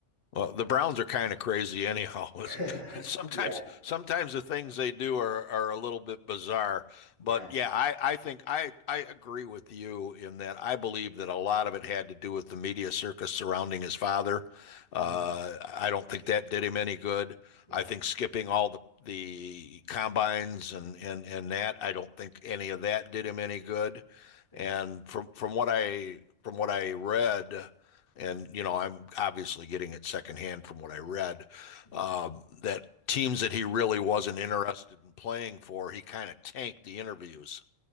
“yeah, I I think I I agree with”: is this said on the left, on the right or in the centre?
Left